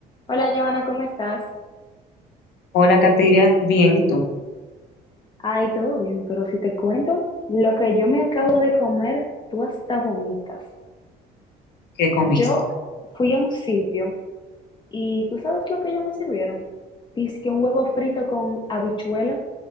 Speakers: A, on the left; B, on the left.
A: Hola, Joana, ¿cómo estás?
B: Hola, Katiria. Bien, ¿y tú?
A: Ay, todo bien, pero si te cuento lo que yo me acabo de comer, tú hasta vomitas.
B: ¿Qué comiste?
A: Yo fui a un sitio y tú sabes lo que ellos me sirvieron. Dice que un huevo frito con habichuela,